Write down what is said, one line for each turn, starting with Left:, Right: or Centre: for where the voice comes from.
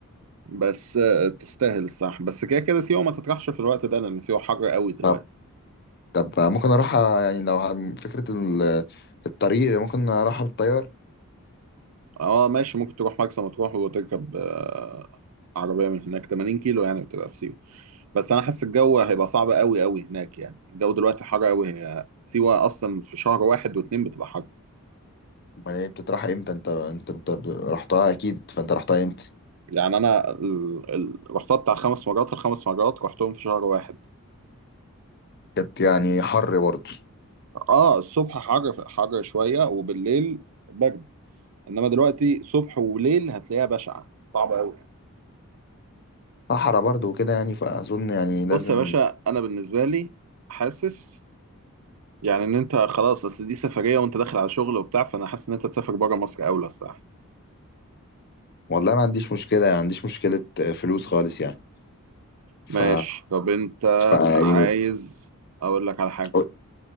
Right: بس آه، تستاهل الصح بس كده كده سيوه ما تطرحش في الوقت ده لان سيوه حر قوي دلوقتي
Left: طب طب ممكن اروح آه، يعني لو عن فكره ال- الطريق ممكن اروحها بالطيار
Right: اه ماشي ممكن تروح مرسى مطروح وتركب آه، عربية من هناك 80 كيلو يعني بتبقى في سيوة بس انا حاسس الجو هيبقى صعب قوي قوي هناك يعني الجو دلوقتي حر قوي هي سيوة اصلا في شهر واحد واتنين بتبقى حر
Left: امال هي بتتراح امتى انت انت انت رحتها اكيد فانت رحتها امتى
Right: يعني انا ال... ال... رحتها بتاع خمس مرات الخمس مرات رحتهم في شهر واحد
Left: كانت يعني حر برضه
Right: اه الصبح حر حر شوية وبالليل برد انما دلوقتي صبح وليل هتلاقيها بشعة صعبة قوي
Left: صحرا برضه وكده يعني فاظن يعني لازم
Right: بص يا باشا انا بالنسبة لي حاسس يعني ان انت خلاص اصل دي سفريه وانت داخل على شغل وبتاع فانا حاسس ان انت تسافر بره مصر اولى الصراحه
Left: والله ما عنديش مشكلة يعني ما عنديش مشكلة فلوس خالص يعني ف
Right: ماشي طب انت
Left: ف يعني
Right: عايز اقول لك على حاجه
Left: قول